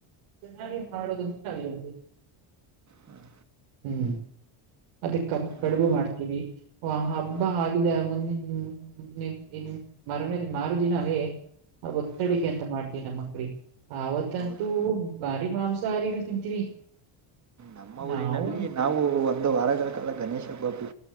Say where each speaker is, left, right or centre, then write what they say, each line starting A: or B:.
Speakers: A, on the right (about 80°); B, on the right (about 35°).
A: ಚೆನ್ನಾಗಿ ಮಾಡುದ ನಾವವಿ
B: ಹಾಂ
A: ಹ್ಮ್ ಅದ ಕ ಕಡುಬು
B: ನಮ್ಮ
A: ಮಾಡ್ತೀವಿ ಹ ಹಬ್ಬ
B: ಹಾಂ
A: ಆಗಿದ ಮುಂದಿನ ನಿನ್ ಮರನೇದ ಮಾರದಿನವೇ ಆ ಒತ್ತಡಿಗೆ
B: ಹಾಂ
A: ಅಂತ ಮಾಡ್ತಿವಿ ನಮ್ಮಕ್ಳಿಗೆ ಆವತ್ತಂತೂ
B: ಹೌದಾ
A: ಬಾರಿ ಮಾಂಸಾಹಾರಿಲ್ ತಿಂತೀವಿ
B: ನಮ್ಮ
A: ನಾವು
B: ಊರಿನಲ್ಲಿ ನಾವು ಒಂದು ವಾರಗಳ ಕಾಲ ಗಣೇಶ ಹಬ್ಬ